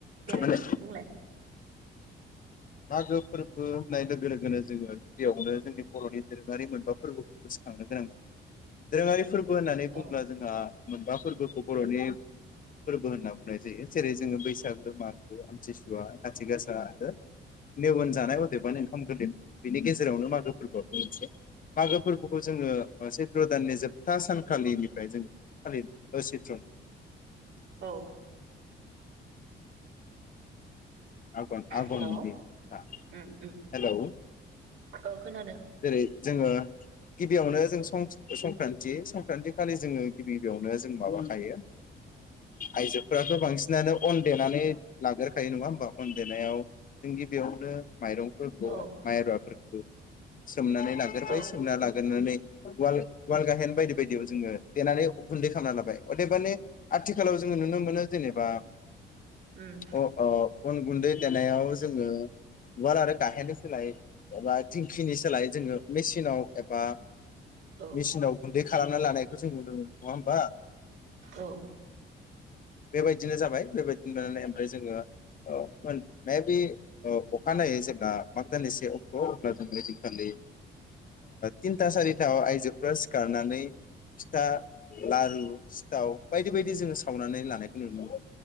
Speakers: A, on the right; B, on the left.
A: देलाय
B: माने
A: खो बुंलाय?
B: मागो फोरबो होननाय लोगो लोगोनो जोङो गिबियावनो जोंनि बर'नि दोरोङारि मोनबा फोरबोखौ गोसोखांनो गोनां जायो दोरोङारि फोरबो फोर होननानै
A: औ
B: बुंङोब्ला जोंहा मोनबा फोरबो बर'नि फोरबो होनना बुंनाय जायो जेरै जोङो बैसागो मागो आमथिसुवा खाथि गासा आरो नेवन जानाय अदेबानो ओंखाम गोरलै बेनि गेजेरावनो मागो फोरबोआं मोनसे मागो फोरबोखौ जोङो सैत्र दाननि जोबथा सानखालिनिफ्राय जोङो फालिदों सैत्र
A: औ।
B: आगन आगननि
A: हेलौ
B: ना हेलौ।
A: उम उम औ खोनादों।
B: जेरै जोङो गिबियावनो जोंं संक्रान्ति संक्रान्ति खालि जोङो गिबि गिबियावनो जों माबाखायो आइजोफोराबो बांसिनानो अन देनानै लाग्रोखायो नङा होमबा अन देनायाव जों गिबियावनो माइरंफोरखौ
A: औ
B: माइब्राफोरखौ सोमनानै लागोरबाय
A: औ
B: सोमना लाग्रोनानै वाल उवाल गाहेन बायदि बायदियाव जोङो देनानै गुन्दै खालामना लाबाय अदेबानि आथिखालाव जोङो नुनो मोनो जेनेबा
A: उम
B: अ आ। अन गुन्दै देनायाव जोङो उवाल आरो गाहेरनो सोलाय एबा दिंखिनि सोलाय जोङो मेचिनाव एबा
A: औ
B: मेचिनाव गुन्दै खालामना लानाय नुनो मोनो नङा होनबा।
A: औ।
B: बेबायदिनो जाबाय बेबायदिनो <unintelligible> ओमफ्राय जोङो मेबि अखानायै जेब्ला माग दाननि से अक्ट अब्ला जों खालि थिनथा सारिथा आइजोफ्रा सिखारनानै फिथा लारु सिथाव बायदि बायदि जोङो सावनानै लानायखौ नुनो मोनो।